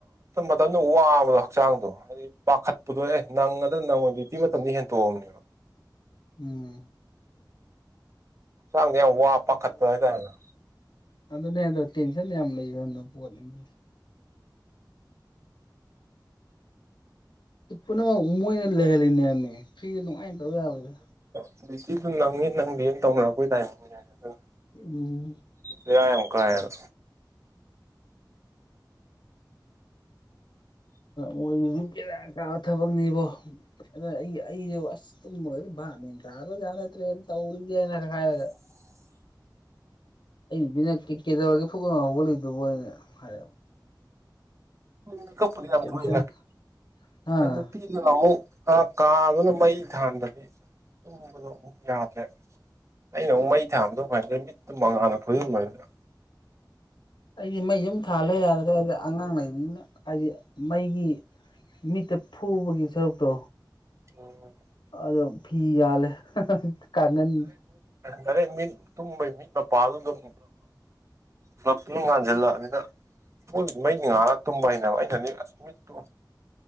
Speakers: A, on the right (about 40°); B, on the left (about 85°).
A: ꯃꯇꯝꯗ ꯋꯥꯕꯗꯣ ꯍꯛꯆꯥꯡꯗꯣ ꯍꯥꯏꯗꯤ ꯄꯥꯈꯠꯄꯗꯣ ꯑꯦ ꯅꯪ ꯅꯪꯉꯣꯟꯗꯤꯇꯤ ꯃꯇꯝꯗ ꯍꯦꯟꯇꯣꯛꯑꯕꯅꯦꯕ
B: ꯎꯝ
A: ꯍꯛꯆꯥꯡꯁꯦ ꯌꯥꯝ ꯋꯥ ꯄꯥꯈꯠꯄ ꯍꯥꯢ ꯇꯥꯔꯦ
B: ꯑꯗꯨꯅꯦ ꯍꯥꯢꯗꯣ ꯇꯦꯟꯁꯟ ꯌꯥꯝ ꯂꯩꯒꯟꯕ ꯄꯣꯠꯅꯤ ꯁꯤ ꯄꯨꯝꯅꯃꯛ ꯃꯣꯏꯅ ꯂꯩꯍꯜꯂꯤꯅꯦꯃꯤ ꯐ꯭ꯔꯤꯗ ꯅꯨꯡꯉꯥꯏꯅ ꯇꯧ ꯌꯥꯕꯗ
A: <unintelligible> <unintelligible> ꯅꯪꯗꯦ ꯇꯧꯅꯔꯛꯄꯩ ꯇꯥꯢꯃꯤꯡꯅꯤꯅꯦ ꯑꯗꯨꯅ
B: ꯎꯝ
A: ꯕꯦꯔꯥ ꯌꯥꯝ ꯀꯥꯢꯌꯦꯕ
B: ꯃꯣꯏꯁꯤꯗꯤ ꯕꯦꯔꯥ ꯀꯥꯕ ꯊꯕꯛꯅꯤꯕꯣ ꯑꯩꯅ ꯑꯩꯁꯦ ꯇꯨꯝꯕꯒꯥꯁꯦ ꯕꯥꯞ ꯃꯦꯟ ꯇꯥꯕ ꯖꯥꯠ ꯅꯠꯇ꯭ꯔꯦ ꯇꯧꯔꯤꯁꯦꯅ ꯍꯥꯏꯔꯒ ꯑꯩ ꯅꯨꯄꯤꯅ ꯀꯩꯗꯧꯔꯒꯦ ꯐꯨꯛ ꯍꯧꯒꯠꯂꯤꯗꯨꯕꯣꯅ ꯍꯥꯏꯔꯦꯕ
A: ꯃꯤꯀꯞꯄꯨꯗꯤ ꯌꯥꯝ
B: ꯇꯦꯟꯁꯟ
A: ꯊꯣꯛꯢꯗ
B: ꯑꯥ
A: ꯑꯗꯩ ꯅꯨꯄꯤꯅ ꯑꯃꯣꯛ ꯀꯥꯗꯨꯅ ꯃꯩ ꯊꯥꯟꯗꯕꯤ ꯇꯨꯝꯕꯗꯣ ꯑꯃꯨꯛ ꯌꯥꯗ꯭ꯔꯦ ꯑꯩꯅ ꯑꯃꯨꯛ ꯃꯩ ꯊꯥꯟꯕꯗꯨ <unintelligible> ꯃꯤꯠꯇꯨ ꯃꯉꯥꯜꯅ ꯐꯨꯖꯤꯟꯕꯅꯤꯅ
B: ꯑꯩꯗꯤ ꯃꯩ ꯁꯨꯝ ꯊꯥꯜꯂꯦ ꯌꯥꯗ꯭ꯔꯦ ꯍꯥꯏꯗꯤ ꯑꯉꯥꯡ ꯂꯩꯕꯅꯤꯅ ꯍꯥꯏꯗꯤ ꯃꯩꯒꯤ ꯃꯤꯠꯇ ꯐꯨꯕꯒꯤ ꯁꯔꯨꯛꯇꯣ
A: ꯑꯣ
B: ꯑꯗꯣ ꯐꯤ ꯌꯥꯜꯂꯦ ꯀꯥꯡꯒꯟ
A: ꯗꯥꯢꯔꯦꯛ ꯃꯤꯠ ꯇꯨꯝꯕꯩ ꯃꯤꯠ ꯃꯄꯥꯜꯗꯨ ꯑꯗꯨꯝ ꯕ꯭ꯂꯥꯞꯇꯨꯅ ꯉꯥꯟꯁꯤꯜꯂꯛꯑꯅꯤꯅ ꯃꯣꯢꯕꯨꯗꯤ ꯃꯩ ꯉꯥꯜꯂꯒ ꯇꯨꯝꯕ ꯍꯩꯅꯕ ꯑꯩꯅ ꯃꯤꯠꯇꯨ